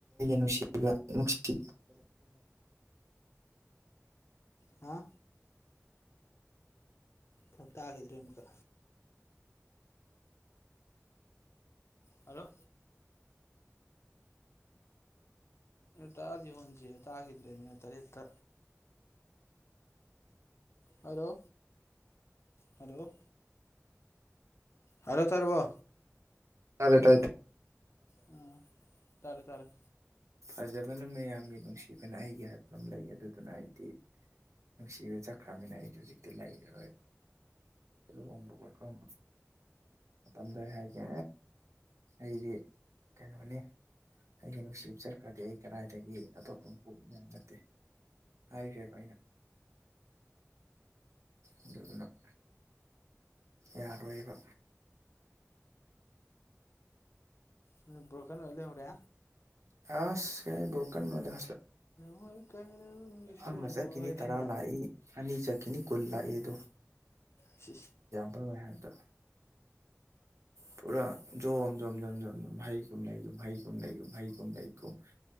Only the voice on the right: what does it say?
ꯅꯨꯡꯁꯤ ꯅꯨꯡꯁꯤ
ꯇꯔꯦ ꯇꯥꯔꯦ
ꯐꯖꯕꯅ ꯃꯌꯥꯝꯒꯤ ꯅꯨꯡꯁꯤꯕꯅ ꯑꯩꯒꯤ ꯍꯥꯏꯕꯗꯨ ꯑꯃ ꯂꯩ ꯑꯗꯨꯗꯨꯅ ꯑꯩꯗꯤ ꯅꯨꯡꯁꯤꯕ ꯆꯠꯈ꯭ꯔꯕꯅꯤꯅ ꯑꯩꯗꯤ ꯍꯧꯖꯤꯛꯇꯤ ꯂꯩꯔꯔꯣꯏꯕ ꯂꯨꯍꫭꯡꯕ ꯑꯈꫭꯏ ꯀꯥꯎꯅꯨ ꯇꯝꯗꯩ ꯍꯥꯏꯒꯦ ꯑꯩꯗꯤ ꯀꯩꯅꯣꯅꯤ ꯑꯩꯒꯤ ꯅꯨꯡꯁꯤꯕ ꯆꯠꯈ꯭ꯔꯗꯤ ꯑꯩ ꯀꯗꯥꯏꯗꯒꯤ ꯑꯇꯣꯞꯄ ꯑꯃꯄꯕ ꯌꯥꯝ ꯅꯠꯇꯦ ꯍꯥꯏꯈ꯭ꯔꯦꯕ ꯑꯩꯅ ꯑꯗꯨꯅ ꯌꯥꯔꯣꯏꯕ
ꯑꯁ ꯀꯔꯥꯏ ꯕꯔꯣꯀꯟ ꯅꯣꯗ
ꯑꯃ ꯆꯠꯈꯤꯅꯤ
ꯇꯔꯥ ꯂꯥꯛꯏ ꯑꯅꯤ ꯆ ꯀꯨꯟ ꯂꯥꯛꯑꯗꯣ
ꯃꯣꯏꯅ ꯍꯥꯏꯕꯗꯨ ꯇꯧ ꯄꯨꯔꯥ ꯖꯣꯝ ꯖꯣꯝ ꯖꯣꯝ ꯖꯣꯝ ꯖꯣꯝ ꯍꯩꯒꯨꯝ ꯂꯩꯒꯨꯝ ꯍꯩꯒꯨꯝ ꯂꯩꯒꯨꯝ ꯍꯩꯒꯨꯝ ꯂꯩꯒꯨꯝ